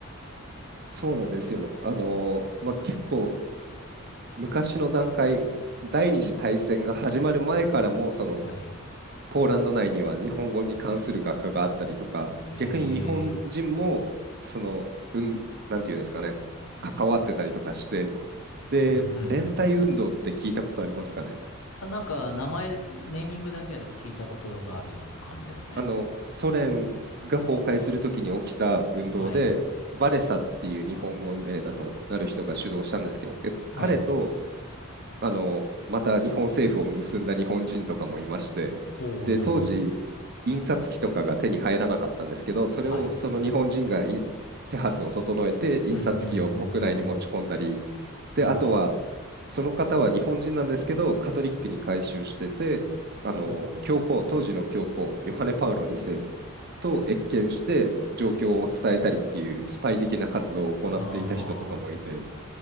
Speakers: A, on the right (about 50°); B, on the left (about 80°).
A: そうなんですよ。あのーまあ、結構昔の段階、第二次大戦が始まる前からも、その
B: <laughs> はい。
A: ポーランド内には日本語に関する学科があったりとか、
B: え
A: 逆に日本人もその、うん、なんていうんですかね、関わってたりとかして、で、
B: ー、うんうんうん。
A: 連帯運動って聞いたことありますかね。
B: あなんか、名前、ネーミングだけはちょっと聞いたことがあるような感じですね。
A: あの、ソ連が崩壊するときに起きた運動で、
B: はい。
A: バレサっていう日本語名だとなる人が主導したんですけど、
B: はい。
A: 彼とあの、また日本政府を結んだ日本人とかもいまして、
B: おお、
A: で、
B: なるほど。
A: 当時、印刷機とかが手に入らなかったんですけど、それをその日本人がい手はずを整えて、
B: はい。
A: 印刷機を国内に持ち込んだり、
B: うんうんうんうん。
A: で、
B: なるほど。
A: あとは、その方は日本人なんですけど、カトリックに改宗してて、あの教皇、
B: おう。
A: 当時の教皇、ヨハネ・パウロ2世と謁見して、状況を伝えたりっていうスパイ的な活動を行っていた人とかもいて、
B: ああ、